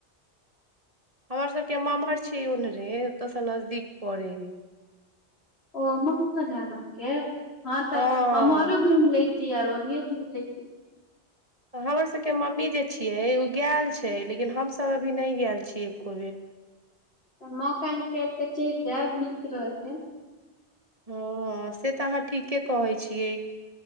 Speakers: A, on the right; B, on the left.
A: हमर सभके मम्हर छियै ओनरे ओतयसँ नजदीक पड़ै हइ
B: ओ मम्महर है अहाँके हँ तऽ
A: हँ
B: मम्महरो घूम लैती आरो उऐं घूम लैती
A: तऽ हमर सभके मम्मी जे छियै ओ गैल छै लेकिन हमसभ अभी नहि गैल छियै एक्को बेर
B: तऽ मौका निकालि कऽ चलि जायब नीक रहैए
A: हँ से तऽ अहाँ ठीके कहै छियै